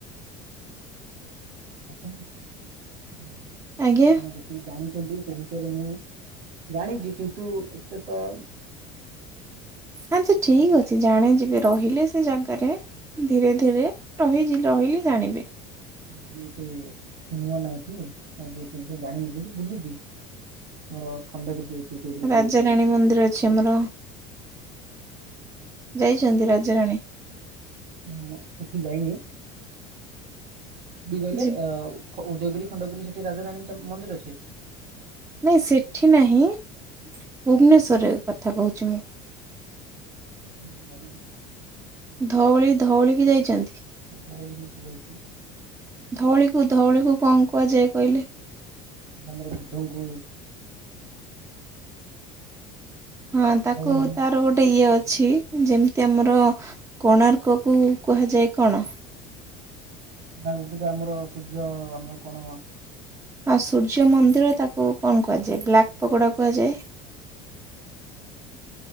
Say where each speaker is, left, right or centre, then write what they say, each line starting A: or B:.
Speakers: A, on the right; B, on the right.
A: ଆସନ୍ତୁ ହାଲୋ
B: ଆଜ୍ଞା
A: ଆପଣ ଯୋଉ <inaudible> ଉଁ ଜାଣିଚନ୍ତି ସେ ବିଷୟରେ ମୁଁ ଜାଣିଚି କିନ୍ତୁ ଏତେ ତ
B: ଆଚ୍ଛା ଠିକ୍
A: ଆମର
B: ଅଛି ଜାଣି ଯିବେ। ରହିଲେ ସେ ଜାଣିପାରିବେ ଉଁ ଧୀରେ ଧୀରେ ରହିଚି ରହିଲେ ଜାଣିବେ।
A: କିଏ ସେ <unintelligible> ନୂଆ ନାଇଁ କି <unintelligible> କିନ୍ତୁ ଜାଣିନି କିନ୍ତୁ ବୁଲିଚି। ହଁ ଖଣ୍ଡଗିରି ଯାଇଚି ଉଦୟଗିରି
B: ରାଜାରାଣୀ
A: ଯାଇଚି।
B: ମନ୍ଦିର ଅଛି ଆମର ଯାଇଚନ୍ତି ରାଜରାଣୀ?
A: ନା ନା ସେଠି ଯାଇନି କୋଉଠି କି କହିଲେ
B: ଯି
A: <inaudible> <unintelligible> ଖ ଉଦୟଗିରି ଖଣ୍ଡଗିରି ସେଠି ରାଜାରାଣୀ ଟା ମନ୍ଦିର ଅଛି।
B: ନାଇଁ ସେଠି ନାହିଁ ଭୁବନେଶ୍ୱରରେ କଥା କୋହୁଛି ମୁଁ।
A: <inaudible> ଯାଇନି।
B: ଧଉଳି ଧଉଳିିକି ଯାଇଚନ୍ତି?
A: <unintelligible> କି ଯାଇଚି।
B: ଧଉଳିକୁ ଧଉଳିକୁ କଣ କୁହାଯାଏ କହିଲେ?
A: ତମର ବୃଦ୍ଧଙ୍କୁ
B: ହଁ ତାକୁ
A: ଧଉଳି ହିଲ୍
B: ତାର ଗୋଟେ ଇଏ ଅଛି। ଯେମିତି ଆମର କୋଣାର୍କ କୁ କୁହାଯାଏ କଣ?
A: ଆଗକୁ ତ ଆମର ସୂର୍ଯ୍ୟ ଆମର କଣ
B: ହଁ ସୂର୍ଯ୍ୟ ମନ୍ଦିର ତାକୁ କଣ କୁହାଯାଏ ବ୍ଲାକ୍ ପକୋଡା କୁହାଯାଏ।
A: <inaudible>